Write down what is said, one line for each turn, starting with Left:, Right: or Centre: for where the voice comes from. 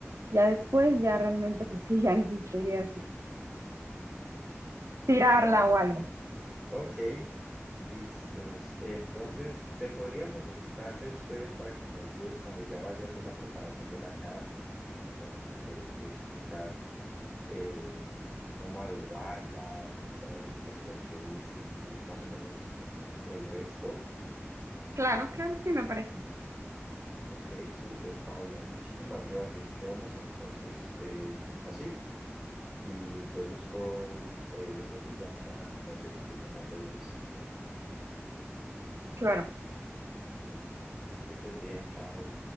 Right: Ya después, ya realmente, pues sí, <laughs> ya necesitarías tirarla
Centre: claro.
Right: o algo.
Centre: Ok, listos. Entonces, te podría molestar después para que me ayudes cuando ya vayas a hacer la preparación de la carne y, y me termines de, de explicar eh, cómo adobarla, ese adobo especial que dices y más o menos el resto.
Right: Claro, claro, sí me parece.
Centre: Ok, súper, Paula. Muchísimas gracias. Quedamos entonces eh, así y te busco eh, de pronto ya mañana en la noche cuando tenga todo listo.
Right: Claro.
Centre: Bueno, que estés bien, chao.